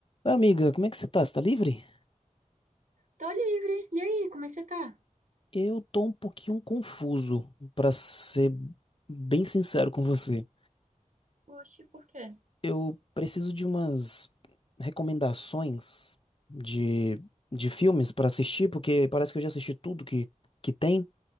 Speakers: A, on the left; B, on the right.
A: Oi, Amiga, como é que você tá? Você tá livre?
B: Tô livre. E aí, como é que você tá?
A: Eu tô um pouquinho confuso, pra ser bem sincero com você.
B: Oxe, por quê?
A: Eu preciso de umas recomendações de, de filmes pra assistir, porque parece que eu já assisti tudo que, que tem,